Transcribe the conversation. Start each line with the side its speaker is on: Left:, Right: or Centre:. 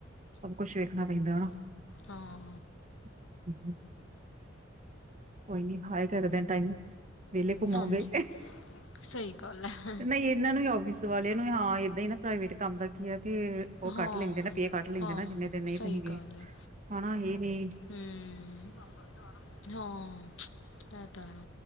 Right: ਸਭ ਕੁਛ ਵੇਖਣਾ ਪੈਂਦਾ ਐਨਾ।
Left: ਹਾਂ।
Right: <inaudible> ਕੋਈ ਨੀ ਹਾਏਗਾ ਇੱਕ ਦਿਨ ਟਾਈਮ ਵਿਹਲੇ ਘੁੰਮੋਗੇ,
Left: ਹਾਂਜੀ ਸਹੀ ਗੱਲ ਹੈ
Right: ਨਈ ਇਹਨਾਂ ਨੂੰ ਈ ਆਫਿਸ ਵਾਲਿਆਂ ਨੂੰ ਹਾਂ, ਏਦਾਂ ਈ ਨਾ ਪ੍ਰਾਈਵੇਟ ਕੰਮ ਦਾ ਕੀ ਆ ਕੇ ਓ
Left: ਹਾਂ,
Right: ਕੱਟ ਲੈਂਦੇ ਨਾ, ਪੇ ਕੱਟ ਲੈਂਦੇ
Left: ਹਾਂ
Right: ਨਾ, ਜਿੰਨੇ ਦਿਨ ਨਈ
Left: ਸਹੀ
Right: ਤੁਹੀ ਗਏ,
Left: ਗੱਲ ਹੈ।
Right: ਓਨਾਂ ਹੀਨੀ।
Left: ਹੂੰ, ਹਾਂ, ਇਹ ਤਾਂ ਐ,